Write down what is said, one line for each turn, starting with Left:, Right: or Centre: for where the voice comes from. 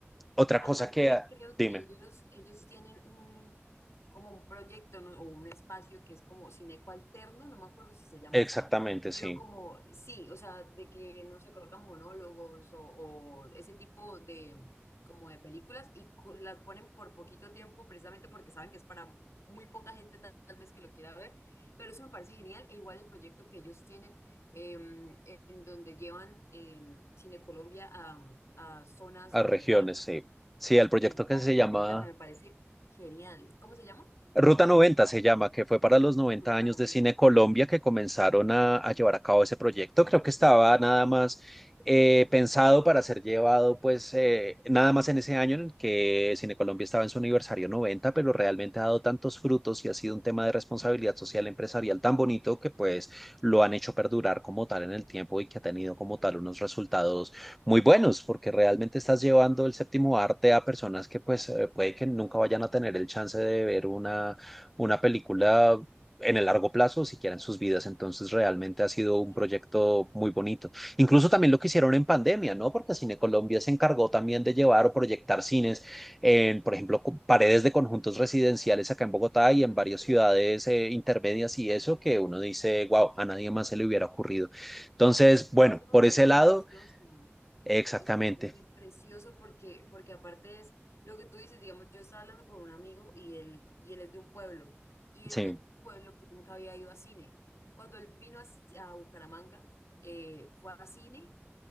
Centre: Otra
Left: Aparte,
Centre: cosa que,
Left: creo
Centre: dime,
Left: que ellos, ellos tienen un, como un proyecto, ¿no? o un espacio que es como Cineco Alterno, no me acuerdo si se llama
Centre: exactamente,
Left: así, pero
Centre: sí,
Left: como sí, o sea, de que no se colocan monólogos o, o ese tipo de, como de películas y co- las ponen por poquito tiempo precisamente porque saben que es para muy poca gente tal, tal vez que lo quiera ver, pero eso me parece genial e igual el proyecto que ellos tienen em, en donde llevan em, Cine Colombia a, a zonas
Centre: a
Left: vulnerables.
Centre: regiones, sí. Sí, al proyecto
Left: Me encanta,
Centre: que se llama
Left: me encanta, me parece genial. ¿Cómo se llama?
Centre: Ruta noventa se llama, que fue para los noventa
Left: Ruta
Centre: años
Left: 90.
Centre: de Cine Colombia que comenzaron a, a llevar a cabo ese proyecto. Creo que estaba nada más eh, pensado para ser llevado, pues, eh, nada más en ese año en el que Cine Colombia estaba en su aniversario 90, pero realmente ha dado tantos frutos y ha sido un tema de responsabilidad social empresarial tan bonito que, pues, lo han hecho perdurar como tal en el tiempo y que ha tenido como tal unos resultados muy buenos, porque realmente estás llevando el séptimo arte a personas que pues eh, puede que nunca vayan a tener el chance de ver una, una película en el largo plazo, siquiera en sus vidas. Entonces, realmente ha sido un
Left: Sí.
Centre: proyecto muy bonito. Incluso también lo que hicieron en pandemia, ¿no? Porque Cine Colombia se encargó también de llevar o proyectar cines en, por ejemplo, cu- paredes de conjuntos residenciales acá en Bogotá
Left: ujú.
Centre: y en varias ciudades eh, intermedias y eso que uno dice, wow, a nadie más se le hubiera ocurrido. Entonces, bueno,
Left: Eso
Centre: por
Left: me parece
Centre: ese lado.
Left: precioso.
Centre: Exactamente,
Left: Eso me parece precioso porque, porque aparte es lo que tú dices, digamos, yo estaba hablando con un amigo y él, y él es de un pueblo. Y
Centre: sí,
Left: él en el pueblo pues, nunca había ido a cine. Cuando él vino a, a Bucaramanga, eh, fue a cine